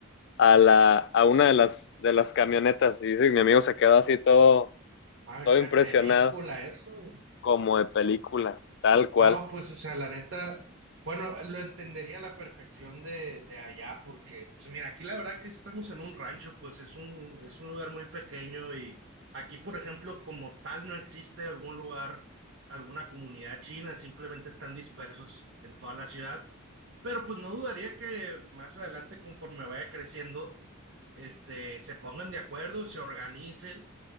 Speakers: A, on the left (about 55°); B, on the right (about 60°).
A: a la, a una de las, de las camionetas. Y dice, que mi amigo se quedó así todo,
B: ma, esta
A: todo impresionado,
B: película, eso.
A: como de película, tal cual.
B: No, pues, o sea, la neta, bueno, lo entendería a la perfección de, de allá, porque, pues, mira, aquí la verdad que estamos en un rancho, pues es un, es un lugar muy pequeño y aquí, por ejemplo, como tal, no existe algún lugar, alguna comunidad china, simplemente están dispersos en toda la ciudad, pero pues no dudaría que más adelante, conforme vaya creciendo, este, se pongan de acuerdo, se organicen